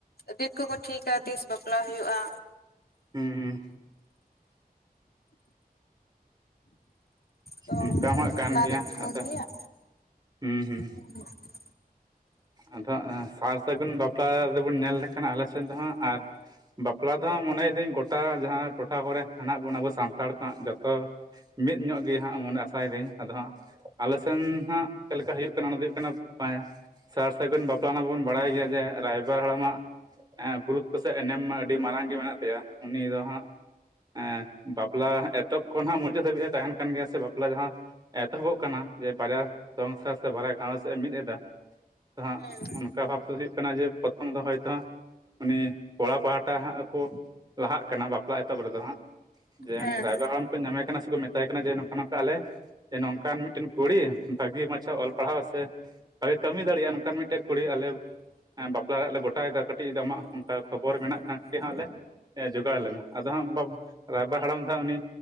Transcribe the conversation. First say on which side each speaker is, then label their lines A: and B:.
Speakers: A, on the left; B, on the right.
A: ᱰᱮᱴ ᱠᱚᱠᱚ ᱴᱷᱤᱠᱟ ᱛᱤᱥ ᱵᱟᱯᱞᱟ ᱦᱩᱭᱩᱜᱼᱟ
B: ᱦᱩᱸ ᱦᱩᱸ
A: ᱛᱚ
B: ᱚᱱᱠᱟ ᱦᱚᱸ
A: ᱜᱮ ᱵᱟᱯᱞᱟ
B: ᱠᱟᱱ ᱜᱮᱭᱟ
A: ᱰᱮᱴ ᱠᱚ
B: ᱟᱫᱚ
A: ᱫᱚᱦᱚᱭᱟ
B: ᱦᱩᱸ ᱦᱩᱸ
A: <inaudible>
B: ᱟᱫᱚ ᱥᱟᱨ ᱥᱟᱹᱜᱩᱱ ᱵᱟᱯᱞᱟ ᱨᱮᱵᱚᱱ ᱧᱮᱞ ᱞᱮᱠᱷᱟᱱ ᱟᱞᱮ ᱥᱮᱫ ᱫᱚ ᱦᱟᱸᱜ ᱟᱨ ᱵᱟᱯᱞᱟ ᱵᱟᱯᱞᱟ ᱫᱚ ᱦᱟᱸᱜ ᱢᱚᱱᱮᱭ ᱫᱤᱧ ᱜᱚᱴᱟ ᱡᱟᱦᱟᱸ ᱴᱚᱴᱷᱟ ᱠᱚᱨᱮ ᱦᱮᱱᱟᱜ ᱵᱚᱱᱟ ᱟᱵᱚ ᱥᱟᱱᱛᱟᱲ ᱠᱚ ᱦᱟᱸᱜ ᱡᱷᱚᱛᱚ ᱢᱤᱫ ᱧᱚᱜ ᱜᱮ ᱦᱟᱸᱜ ᱢᱚᱱᱮ ᱟᱥᱟᱭ ᱫᱤᱧ ᱟᱫᱚ ᱦᱟᱸᱜ ᱟᱞᱮ ᱥᱮᱱ ᱦᱟᱸᱜ ᱪᱮᱫ ᱞᱮᱠᱟ ᱦᱩᱭᱩᱜ ᱠᱟᱱᱟ ᱚᱱᱟ ᱫᱚ ᱦᱩᱭᱩᱜ ᱠᱟᱱᱟ ᱯᱟᱭᱟ ᱥᱟᱨ ᱥᱟᱹᱜᱩᱱ ᱵᱟᱯᱞᱟ ᱨᱮᱱᱟᱜ ᱵᱚᱱ ᱵᱟᱲᱟᱭ ᱜᱮᱭᱟ ᱡᱮ ᱨᱟᱭᱵᱟᱨ ᱦᱟᱲᱟᱢᱟᱜ ᱮᱸ ᱜᱩᱨᱩᱛᱛᱚ ᱥᱮ ᱮᱱᱮᱢ ᱢᱟ ᱟᱹᱰᱤ ᱢᱟᱨᱟᱝ ᱜᱮ ᱢᱮᱱᱟᱜ ᱛᱟᱭᱟ ᱩᱱᱤ ᱫᱚ ᱦᱟᱸᱜ ᱮᱸ ᱵᱟᱯᱞᱟ ᱮᱛᱚᱦᱚᱵ ᱠᱷᱚᱱ ᱦᱟᱸᱜ ᱢᱩᱪᱟᱹᱫ ᱫᱷᱟᱹᱵᱤᱡ ᱮ ᱛᱟᱦᱮᱱ ᱠᱟᱱ ᱜᱮᱭᱟ ᱥᱮ ᱵᱟᱯᱞᱟ ᱡᱟᱦᱟᱸ ᱮᱛᱚᱦᱚᱵᱚᱜ ᱠᱟᱱᱟ ᱡᱮ ᱵᱟᱨᱭᱟ ᱥᱚᱝᱥᱟᱨ ᱥᱮ ᱵᱟᱨᱟᱭ ᱜᱷᱟᱨᱚᱸᱡᱽ ᱮ ᱢᱤᱫ ᱮᱫᱟ ᱛᱚ ᱦᱟᱸᱜ
A: ᱦᱮᱸ
B: ᱚᱱᱠᱟ ᱵᱷᱟᱵᱛᱮ ᱦᱩᱭᱩᱜ ᱠᱟᱱᱟ ᱡᱮ ᱯᱨᱚᱛᱷᱚᱢ ᱫᱚ ᱦᱚᱭᱛᱚ ᱦᱟᱸᱜ ᱩᱱᱤ ᱠᱚᱲᱟ ᱯᱟᱦᱟᱴᱟ ᱦᱟᱸᱜ ᱟᱠᱚ ᱞᱟᱦᱟᱜ ᱠᱟᱱᱟ ᱵᱟᱯᱞᱟ ᱮᱛᱚᱦᱚᱵ ᱨᱮᱫᱚ ᱦᱟᱸᱜ ᱾ ᱡᱮ
A: ᱦᱮᱸ
B: ᱩᱱᱤ ᱨᱟᱭᱵᱟᱲ ᱦᱟᱲᱟᱢ ᱠᱚ ᱧᱟᱢᱮ ᱠᱟᱱᱟ ᱥᱮᱠᱚ ᱢᱮᱛᱟᱭ ᱠᱟᱱᱟ ᱡᱮ ᱱᱚᱝᱠᱟ ᱱᱚᱝᱠᱟ ᱟᱞᱮ ᱱᱚᱝᱠᱟᱱ ᱢᱤᱫᱴᱮᱱ ᱠᱩᱲᱤ ᱵᱷᱟᱜᱤ ᱢᱟᱪᱷᱟ ᱚᱞ ᱯᱟᱲᱦᱟᱣ ᱥᱮ ᱵᱷᱟᱜᱮ ᱠᱟᱹᱢᱤ ᱫᱟᱲᱮᱭᱟᱜᱼᱟ ᱱᱚᱝᱠᱟᱱ ᱢᱤᱫᱴᱮᱱ ᱠᱩᱲᱤ ᱟᱞᱮ ᱮᱸ ᱵᱟᱯᱞᱟ ᱨᱮᱭᱟᱜ ᱞᱮ ᱜᱚᱴᱟᱭᱮᱫᱟ ᱠᱟᱹᱴᱤᱡ ᱟᱢᱟᱜ ᱚᱱᱠᱟ ᱠᱷᱚᱵᱚᱨ ᱢᱮᱱᱟᱜ ᱠᱷᱟᱱ ᱾ ᱠᱮ ᱦᱟᱸᱜ ᱞᱮ ᱮ ᱡᱚᱜᱟᱲ ᱟᱞᱮ ᱢᱮ ᱟᱫᱚ ᱦᱟᱸᱜ ᱵᱟᱯ ᱨᱟᱭᱵᱟᱨ ᱦᱟᱲᱟᱢ ᱫᱚ ᱦᱟᱸᱜ ᱩᱱᱤ